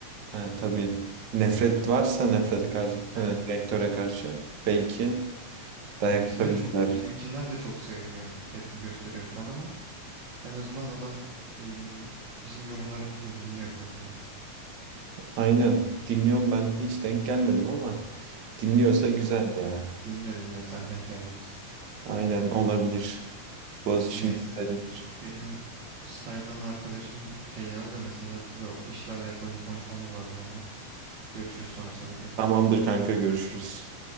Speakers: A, on the right (about 85°); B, on the right (about 45°).
A: Ha, tabii nefret varsa nefrete karşı,
B: Aynen.
A: e, rektöre karşı belki dayak
B: Ya biz
A: atabilirler.
B: de çok bizimkinler de çok sevmiyor tepki gösteriyor falan ama En azından adam e, bizim yorumlarımızı da dinliyor bir noktada.
A: Aynen dinliyorum ben hiç denk gelmedim ama dinliyorsa güzel ya.
B: Dinliyor dinliyor senden gelmemiz.
A: Aynen olabilir. Boğaziçi'nin
B: Neyse
A: güzel iyidir.
B: benim stajdan arkadaşım şey yazdı da mesaj attı da o işle alakalı bir konuşmamız lazım onunla. Görüşürüz sonra sana tekrardan.
A: Tamamdır kanka görüşürüz.